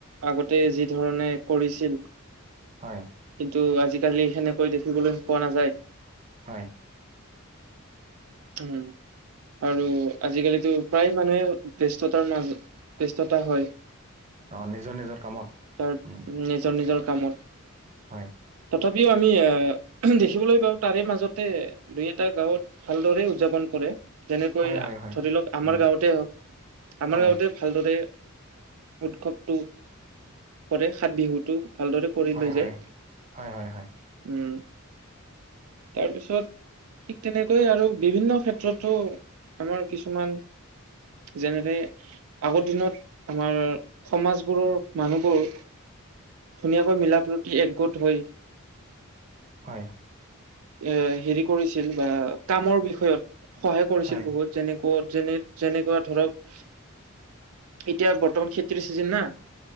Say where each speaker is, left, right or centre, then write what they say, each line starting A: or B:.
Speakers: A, on the right (about 85°); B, on the right (about 35°).
A: আগতে যি ধৰণে কৰিছিল
B: হয়
A: কিন্তু আজিকালি সেনেকৈ দেখিবলৈ পোৱা নাযায়
B: হয়
A: ওম আৰু আজিকালিতো প্ৰায় মানুহে ব্যস্ততাৰ মাজত ব্যস্ততা হয়
B: অ নিজৰ নিজৰ কামত
A: তাৰ
B: উম
A: নিজৰ নিজৰ কামত
B: হয়
A: তথাপিও আমি আহ দেখিবলৈ পাওঁ তাৰে মাজতে দুই এটা গাঁৱত ভালদৰে উদযাপন কৰে যেনেকৈ
B: হয় হয় হয়
A: ধৰি লওক আমাৰ
B: উম
A: গাঁৱতে হওক আমাৰ
B: হয়
A: গাঁৱতে ভালদৰে উৎসৱটো কৰে সাত বিহুটো ভালদৰে কৰি
B: হয়
A: লৈ
B: হয়
A: যায়
B: হয় হয়
A: উম তাৰপিছত ঠিক তেনেকৈয়ে আৰু বিভিন্ন ক্ষেত্ৰতো আমাৰ কিছুমান যেনেকে আগৰ দিনত আমাৰ সমাজবোৰৰ মানুহবোৰ ধুনীয়াকৈ মিলা প্ৰীতি একগোট হৈ
B: হয়
A: এ হেৰি কৰিছিল বা কামৰ বিষয়ত সহায় কৰিছিল
B: হয় হয়
A: বহুত যেনেক যেনে যেনেকুৱা ধৰক এতিয়া বৰ্তমান খেতিৰ চিজন না